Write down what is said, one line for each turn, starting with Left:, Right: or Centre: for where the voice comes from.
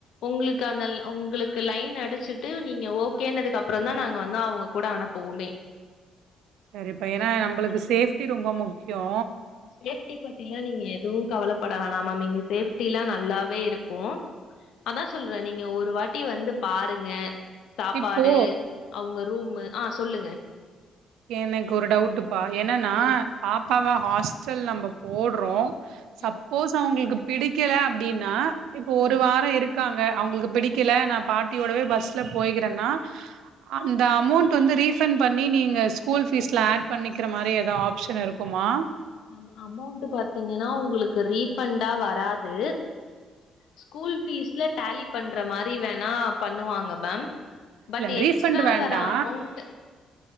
Left: உங்களுக்கு அந்த உங்களுக்கு லைன் அடிச்சிட்டு நீங்க ஓகேனதுக்கு அப்புறம் தான் நாங்க வந்து அவுங்க கூட அனுப்புவோமே
Right: சரிப்பா ஏன்னா நம்பளுக்கு சேஃப்டி ரொம்ப முக்கியோ
Left: சேஃப்டி பத்திலாம் நீங்க எதுவும் கவலப்பட வேனா மேம் இங்க சேஃப்டில்லாம் நல்லாவே இருக்கும் அதான் சொல்ற நீங்க ஒரு வாட்டி வந்து பாருங்க சாப்பாடு
Right: இப்போ
Left: அவுங்க ரூம்மு ஆ சொல்லுங்க
Right: எனக்கு ஒரு டவுட்டுப்பா என்னன்னா
Left: ம்
Right: பாப்பாவ ஹாஸ்டல் நம்ப போடுறோம் சப்
Left: ம்
Right: போஸ் அவுங்களுக்கு பிடிக்கல அப்டின்னா இப்போ ஒரு
Left: ம்
Right: வாரம் இருக் இருக்காங்க அவுங்களுக்கு பிடிக்கல நா பாட்டியோடவே நா பஸ்ல போய்கிறேன்னா அந்த அமௌண்ட் வந்து ரீபண் பண்ணி நீங்க ஸ்கூல் ஃபீஸ்ல ஆட் பண்ணிக்கிற மாரி ஏதும் ஆப்ஷன் இருக்குமா
Left: அம அமௌன்ட் பாத்தீங்கன்னா உங்களுக்கு ரீஃபண்டா வராது ஸ்கூல் ஃபீஸ்ல டேலி பண்ற மாரி வேணா பண்ணுவாங்க மேம் பட்
Right: இல்ல
Left: எக்ஸ்ட்ரா
Right: ரீஃபண்ட் வேண்டா
Left: வர அமௌண்ட்